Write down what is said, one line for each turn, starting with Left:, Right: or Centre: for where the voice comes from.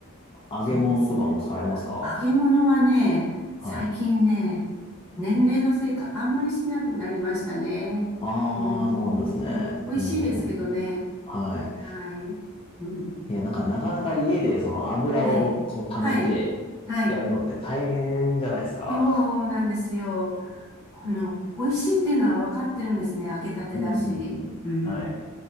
Left: 揚げ物とかもされますか
Centre: そうですね。揚げ物はね、最近ね、
Left: はい。
Centre: 年齢のせいかあんまりしなくなりましたね。
Left: ああ、
Centre: うーん。
Left: そうなんですね。
Centre: 美味しいですけどね。
Left: うん、うん、うん。はい。
Centre: はい。うん。
Left: いや、なんか、なかなか家で、その油をこう溜めてやるのって大変じゃないですか。
Centre: はい。はい。はい。そうなんですよ。この、美味しいっていうのは分かってるんですね。揚げたてだし。
Left: うん、うん、うん。
Centre: うん。
Left: はい。